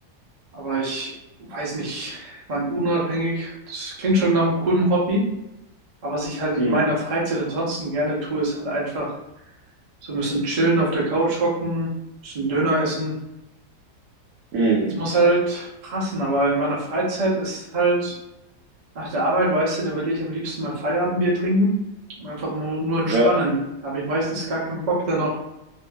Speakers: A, on the right (about 50°); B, on the right (about 70°).
A: aber ich weiß nicht, man unabhängig, das klingt schon nach einem coolen Hobby, aber was ich halt in
B: Mhm.
A: meiner Freizeit ansonsten gerne tue, ist halt einfach So ein bisschen chillen, auf der Couch hocken, ein bisschen Döner essen.
B: Mhm.
A: Es muss halt passen, aber in meiner Freizeit ist halt, nach der Arbeit, weißt du, da will ich am liebsten mal Feierabendbier trinken und einfach nur, nur entspannen.
B: Ja.
A: Da habe ich meistens gar keinen Bock, da noch,